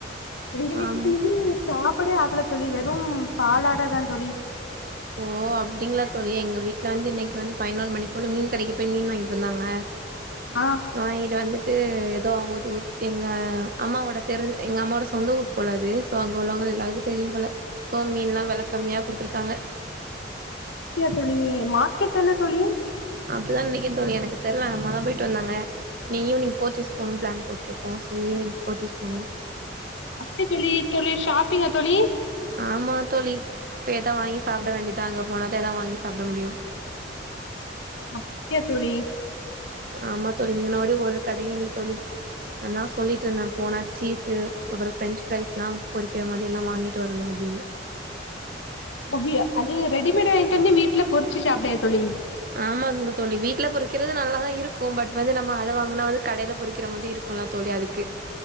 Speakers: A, on the left; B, on the right.
A: எங்க வீட்ல
B: ஆம்
A: இன்னைக்கு சாப்படே ஆக்கல தோழி வெறும் பாலாடதா தோழி
B: ஓ அப்டிங்களா தோழி எங்க வீட்ல வந்து இன்னைக்கு வந்து பதினோரு மணி போல மீன் கடைக்கு போய் மீன் வாங்கிட்டு வந்தாங்க
A: ஆ
B: வாங்கிட்டு வந்துட்டு எதோ அவுங்கதுஊது எங்க அம்மாவோட தெரி எங்க அம்மாவோட சொந்த ஊர் போல அது சோ அங்க உள்ளவங்க எல்லாருக்கு தெரியு போல சோ மீன்ல்லா வெல கம்மியா குடுத்துருக்காங்க
A: அப்டியா தோழி மார்க்கெத்தன தோழி
B: அப்டிதா நெனைக்குறே தோழி எனக்கு தெர்ல அம்மாதா போய்ட்டு வந்தாங்க இனி ஈவ்னிங் போத்தீஸ் போணோன் ப்ளான் போட்ருக்கோ சோ ஈவ்னிங் போத்தீஸ் போணோ
A: அப்டியா தோழி தோழி ஷாப்பிங்கா தோழி
B: ஆமா தோழி போய் எதா வாங்கி சாப்பிட வேண்டிதுதா அங்க போனாதா எதா வாங்கி சாப்ட முடியு
A: அப்டியா தோழி
B: ஆமா தோழி இங்கனொடியு ஒரு கடையு இல்ல தோழி அதா சொல்லிட்ருந்தே போனா சீஸு அப்புறோ ஃப்ரெஞ்சு ஃப்ரைஸ்லா பொறிக்கிற மாதில்லா வாங்கிட்டு வரணோ அப்டினு
A: இப்ப வீ அது ரெடிமேடு வாய்ன்டு வந்து வீட்ல பொறிச்சு சாப்டுய தோழி
B: ஆமாங்க தோழி வீட்ல பொறிக்கிறது நல்லாதா இருக்கோ பட் வந்து நம்ம அத வாங்குனா வந்து கடையில பொறிக்கிற மாதி இருக் ப்புல்லா தோழி அதுக்கு